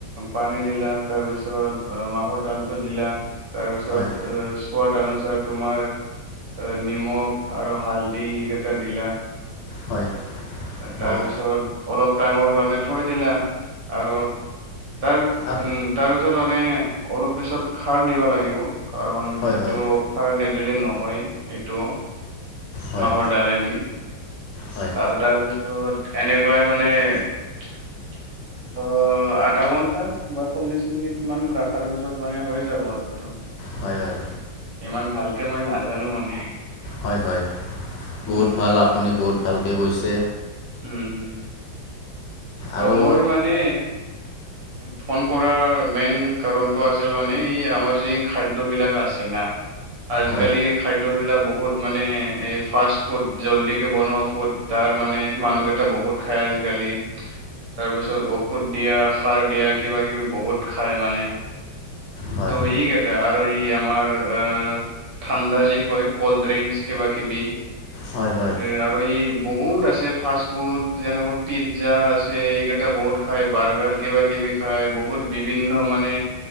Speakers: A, on the right; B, on the left.
A: পানী দিলা তাৰপিছত মাহৰ ডালটো দিলা তাৰপিছত।
B: হয়
A: সোৱাদ অনুসাৰ তোমাৰ নিমখ আৰু হালধি এইকেইটা দিলা
B: হয়
A: তাৰপিছত
B: অঁ
A: অলপ টাইমৰ কাৰণে থৈ দিলা আৰু তাৰ
B: আৰু
A: তাৰপিছত মানে অলপ পিছত খাৰ দিব লাগিব। কাৰণ
B: হয়
A: এইটো
B: হয়
A: অফাৰ নিদিলে নহয় এইটো।
B: হয়
A: মাহৰ ডালেদি।
B: হয়
A: আ তাৰপিছত এনেকুৱাই মানে আ অ আধা ঘন্টা বা চল্লিশ মিনিট মান ৰখাৰ পিছত মানে হৈ যাব আৰু এইটো
B: হয় হয়
A: ইমান ভালকে মই নাজানো মানে।
B: হয় হয় বহুত
A: উম হম
B: ভাল
A: হম
B: আপুনি বহুত ভালকৈ কৈছে
A: উম হম ত
B: আৰু
A: মই মানে ফোন কৰাৰ মেইন কাৰণটো আছিল মানে ই আমাৰ যি খাদ্যবিলাক আছে। আজিকালি
B: হয়
A: খাদ্য বিলাক। বহুত মানে এই ফাষ্ট ফুড জল্ডিকে বনোৱা ফুড তাৰ মানে মানুহকেইটা বহুত খাই আজিকালি তাৰপিছত ঔষধ দিয়া, সাৰ দিয়া, কিবা কিবি বহুত খায় মানে।
B: হয়
A: <unintelligible> আৰু এই আমাৰ আহ ঠাণ্ডা যি কয় কল্ড ড্ৰিংকচ কিবা কিবি।
B: হয় হয়
A: এ আৰু এই বহুত আছে ফাষ্ট ফুড যেনেকুৱা পিজ্জা আছে এইকেইটা বহুত খাই বাৰ্গাৰ কিবা কিবি খাই বহুত বিভিন্ন মানে